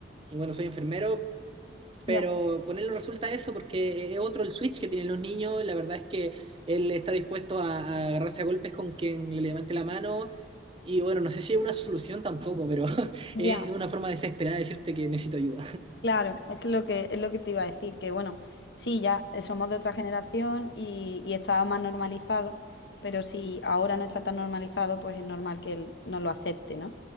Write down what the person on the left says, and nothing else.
Ya,
ya.
Claro, es que lo que es lo que te iba a decir, que bueno, sí, ya eh, somos de otra generación y, y estaba más normalizado, pero si ahora no está tan normalizado, pues es normal que él no lo acepte, ¿no?